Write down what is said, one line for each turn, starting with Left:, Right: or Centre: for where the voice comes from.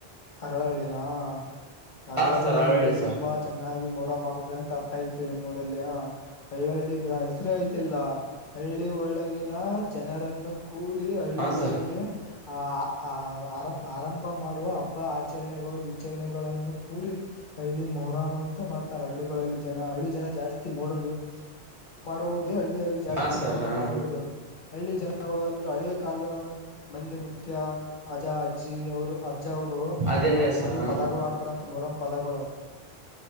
Left: ಅರಳಳ್ಳಿ. ಯಾವ ಅರಳಳ್ಳಿಯಲ್ಲಿ
Right: ಹಾ ಸರ್ ಅರಳ್ಳಿ ಸರ್
Left: ತುಂಬಾ ಚೆನ್ನಾಗಿ. ಮರಾಮ್ ಆಗತ್ತದೆ ಅಂತ ಅರ್ಥ ಐತಿ ನಿಮ್ಮ ಊರಲ್ಲಿ ಹಳ್ಳಳ್ಳಿ ಗ್ರ ಹೆಸರು ಐತಲ್ಲ ಹಳ್ಳಿ ಒಳಗಿನ. ಜನರನ್ನು ಕೂಡಿ ಹಳ್ಳಿ
Right: ಹಾ ಸರ್
Left: ಒಳಗೆ. ಆ ಆ ವಾರ. ಆರಂಭ ಮಾಡುವ ಅಬ್ಬ ಆಚರಣೆಗಳು ವಿಚರಣೆಗಳನ್ನು ಕೂಡಿ ಹಳ್ಳಿ ಮೊಹರಂ ಅಂತ ಮಾಡ್ತಾರೆ ಹಳ್ಳಿಗಳಲ್ಲಿ ಜನ ಹಳ್ಳಿ ಜನ ಜಾಸ್ತಿ ಮೊರುಮ್ ಯು. ಮಾಡುವುದೇ ಹಳ್ಳಿಯಲ್ಲಿ ಜಾಸ್ತಿ
Right: ಹಾ ಸರ್
Left: ಮೌರ
Right: ಹಾ
Left: ಮಾಡುವುದು ಹಳ್ಳಿ ಜನ. ಗಳು ಅಂದ್ರೆ ಹಳೆ ಕಾಲದ. ಮಂದಿ ಮುತ್ಯ ಅಜಾದ್. ಅಜ್ಜಿ ಅವರು ಅಜ್ಜ ಅವರು
Right: ಅದೇ
Left: ಅ
Right: ಅದೇ ಸರ್
Left: ಮೊದ್ಲ
Right: ಹಾ
Left: ಪದಗಳು ಆಡ್ತಾರಂತ ಮೊರಮ್ ಪದಗಳು